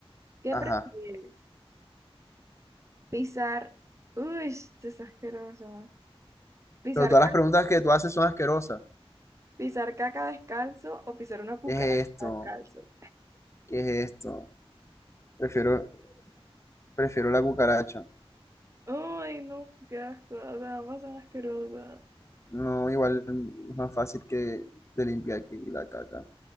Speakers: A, on the right; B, on the left.
A: ¿Qué
B: Ajá.
A: prefieres? Pisar. Uy, esto es asqueroso. Pisar,
B: Pero todas
A: ca-
B: las preguntas que tú haces son asquerosas.
A: pisar caca descalzo o pisar una cucaracha
B: ¿Qué es esto?
A: descalzo.
B: ¿Qué es esto? Prefiero, prefiero la cucaracha.
A: Ay, no, qué asco. O sea, ambas son asquerosas.
B: No, igual es más fácil que de limpiar que la caca,